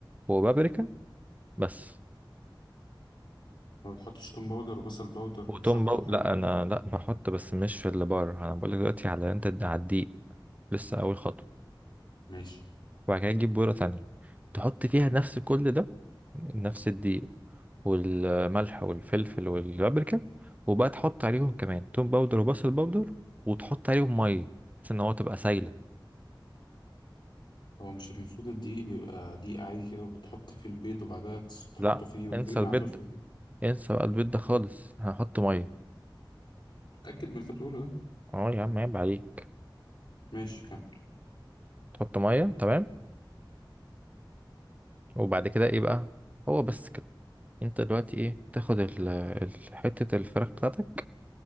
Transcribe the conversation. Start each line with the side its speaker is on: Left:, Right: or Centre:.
Right: وبابريكا بس
Left: ما بتحطش توم باودر وبصل باودر
Right: وتوم
Left: وشطة
Right: بو...
Left: وحاجات
Right: لا
Left: دي
Right: انا لا بحط بس مش في اللي بره انا بقول لك دلوقتي على انت د- على الدقيق لسه اول خطوه
Left: ماشي
Right: وبعد كده تجيب بوره تانية تحط فيها نفس كل ده نفس الدقيق والملح والفلفل والبابريكا وبقى تحط عليهم كمان توم باودر وبصل باودر وتحط عليهم ميه بحيث ان هو تبقى سايله
Left: هو مش المفروض الدقيق بيبقى دقيق عادي كده وبتحط فيه البيض وبعدها تس- تحطه
Right: لا
Left: فيه وترمي
Right: انسى البيض
Left: على طول في الزيت
Right: انسى بقى البيض ده خالص هنحط ميه
Left: اتأكد من اللي انت بتقوله ده
Right: اه يا عم عيب عليك
Left: ماشي كمل
Right: تحط ميه تمام وبعد كده ايه بقى هو بس كده انت دلوقتي ايه تاخد ال ال- حته الفراخ بتاعتك